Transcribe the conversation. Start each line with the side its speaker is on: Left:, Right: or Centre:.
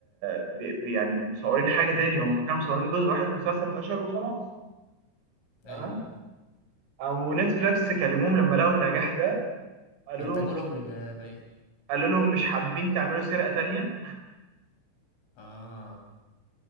Right: بي بي- يعني مصورين حاجه تاني هم كانوا مصورين جزء واحد من المسلسل فشل وخلاص تمام
Left: ايوه
Right: او نتفليكس كلموهم لما لقوا النجاح ده قالوا
Left: انتجوا لهم الباقي
Right: قالوا لهم مش حابين تعملوا سرقة تانية
Left: اه